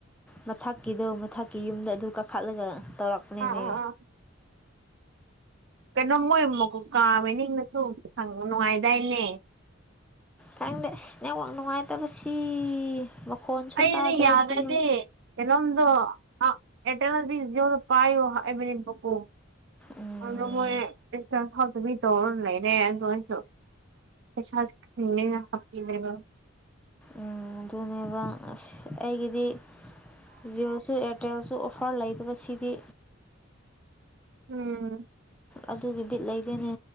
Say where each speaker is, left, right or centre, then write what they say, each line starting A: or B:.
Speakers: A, in the centre; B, on the right.
A: ꯃꯊꯛꯀꯤꯗꯣ ꯃꯊꯛꯀꯤ ꯌꯨꯝꯗ ꯑꯗꯨ ꯀꯥꯈꯠꯂꯒ ꯇꯧꯔꯛꯄꯅꯤꯅꯦ
B: ꯑ ꯑ ꯑ ꯀꯩꯅꯣ ꯃꯣꯏꯨ ꯀꯥꯕ ꯅꯤꯡꯅꯁꯨ ꯁꯪ ꯅꯨꯡꯉꯥꯏꯗꯥꯏꯅꯦ
A: ꯈꯪꯗꯦ ꯑꯁ ꯅꯦꯛꯋꯥꯛ ꯅꯨꯡꯉꯥꯏꯇꯕꯁꯤ ꯃꯈꯣꯟꯁꯨ
B: ꯑꯩꯗꯤ
A: ꯇꯥꯗꯕꯁꯤ
B: ꯌꯥꯗ ꯑꯗꯤ ꯏꯂꯣꯗꯣ ꯑꯦꯇ ꯄꯥꯏꯌꯣ ꯑꯩꯕꯗꯤꯕꯀꯣ
A: ꯎꯝ
B: ꯑꯗꯨꯗꯣ ꯃꯣꯏꯁ ꯍꯥꯎꯗꯕꯤ ꯇꯧ ꯂꯩꯔꯦ ꯑꯗꯨꯗꯁꯨ ꯄꯩꯁꯅ ꯍꯥꯞꯄꯤꯅꯦꯕ
A: ꯎ ꯑꯗꯨꯅꯦꯕ ꯑꯁ ꯑꯩꯒꯤꯗꯤ ꯖꯤꯑꯣꯁꯨ ꯑꯦꯌꯥꯔꯇꯦꯜꯁꯨ ꯑꯣꯐꯔ ꯂꯩꯇꯕꯁꯤꯗꯤ
B: ꯎꯝ
A: ꯑꯗꯨꯒꯤ ꯕꯤꯠ ꯂꯩꯗꯅꯦ